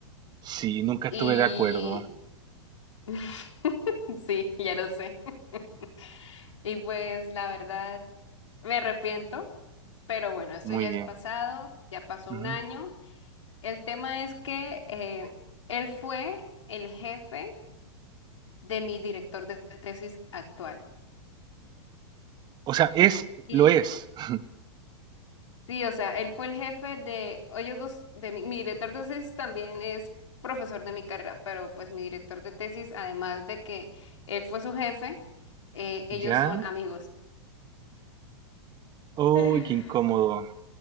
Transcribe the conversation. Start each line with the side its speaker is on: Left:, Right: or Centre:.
Right: Sí, nunca
Left: y
Right: estuve de acuerdo.
Left: <laughs> sí, ya lo sé. <laughs> Y pues la verdad me arrepiento, pero bueno, esto
Right: Muy
Left: ya es
Right: bien.
Left: pasado, ya pasó
Right: ujú.
Left: un año. El tema es que eh, él fue el jefe de mi director de tesis actual.
Right: O sea, es,
Left: Y
Right: lo es. <laughs>
Left: Sí, o sea, él fue el jefe de ellos dos, de mi, mi director de tesis también es profesor de mi carrera, pero pues mi director de tesis, además de que él fue su jefe, eh, ellos
Right: ¿Ya?
Left: son amigos.
Right: Uy,
Left: <sighs>
Right: qué incómodo.